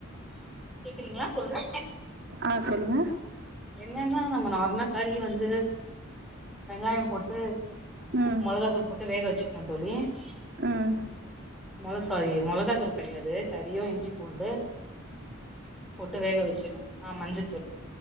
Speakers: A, in the centre; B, on the right.
A: கேக்குறீங்காளா சொல்றே
B: ஆஹ் சொல்லுங்க
A: என்னன்னா நம்ம நார்னக்காரி வந்து வெங்காயம் போட்டு
B: ம்
A: உப்பு மிளகாதூள் போட்டு வேக வச்சு என் தோழி <inaudible>
B: ம்
A: மல சாரி மல காச்சல் கிடையாது கரியோ இஞ்சி உண்டு போட்டு வேக வச்சிடணும் ஆ மஞ்சத்து ச